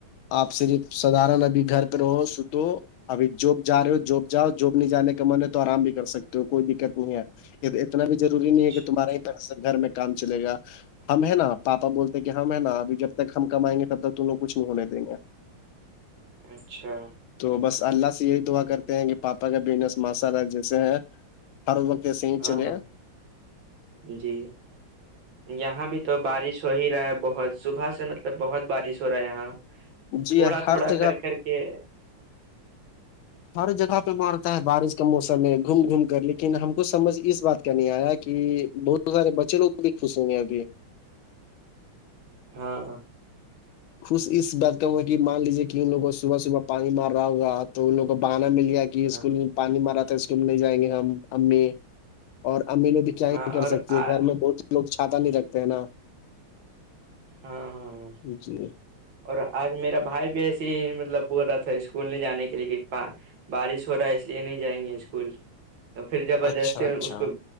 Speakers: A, on the left; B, on the right.
A: آپ صرف سدھارن ابھی گھر پہ رہو س توو ابھی جب جا رہے ہو جب جاؤ جاب نہیں جانے کا من ہے تو آرام بھی کر سکتے ہو کوئی دقت نہیں ہے اتنا بھی روری
B: اچھا
A: نہیں ہے کہ تمہارا ہی پس گھر میں کام چلے گا ہم ہے نا پپا بولتے کہ ہم ہیں نا اب جب تک ہم کمائیں گے تب تک ت لوگ کچھ نہیں ہونے دیں گے <unintelligible> <inaudible>
B: اچھا
A: تو بس اللہ سے یہی دعا کرتے ہیں کہ پاپا کا بزنس ماشاء اللہ جیسے ہیں ہر وقت ایسے ہی
B: ہاں
A: چلے
B: ہاں جی یہاں بھی تو بارش ہو ہی رہا ہے بہت صبح سے مطلب بہت بارش ہو رہا ہے یہاں تھوڑا
A: جی ہر
B: تھوڑا
A: جگہ
B: کر کر کے کہ <unintelligible>
A: ہر جگہ پہ مارتا ہے بارش کا موسم ہے گھوم گھوم کر لیکن ہم کو سمجھ اس بات کا نہیں آیا کہ بہت سارے بچے لوگ کو بھی خوش ہوں گے ابھی
B: ہاں
A: خوش اس بات کا ہوا کہ مان لیجیے کہ ان لوگ کو صبح صبح پانی مار رہا ہوگا تو ان لو کو بہانا مل جائے گا
B: ہاں
A: اسکول پانی مرا تھا اسکول میں نہیں جائیں گے ہم امی اور امی لو بھی کیا
B: ہاں
A: نہیں کر
B: اور
A: سکتی
B: ہاں
A: گھر میں بہت لوگ چھاتا نہیں رکھتے ہیں نا
B: ہاں ہاں ہاں
A: جی <unintelligible>
B: اور آج میرا بھائی بھی ایسے ہی مطلب بول رہا تھا اسکول نہیں جانے کے لیے کہا بارش ہو رہا ہے اس لیے نہیں جائیں گے اسکول تو پھر زبردستی
A: اچھا
B: اس
A: اچھا
B: کو